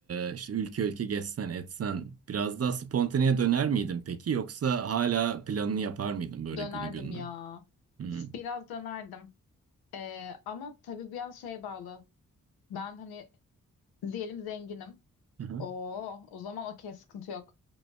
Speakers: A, on the right; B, on the left.
A: ee, işte ülke ülke gezsen etsen biraz daha spontaneye döner miydin peki yoksa hala planını yapar mıydın böyle
B: Dönerdim
A: günü gününe?
B: ya.
A: Hı
B: Biraz dönerdim. Ee, ama tabii biraz şeye bağlı. Ben hani diyelim zenginim.
A: hı.
B: Oo, o zaman okey sıkıntı yok.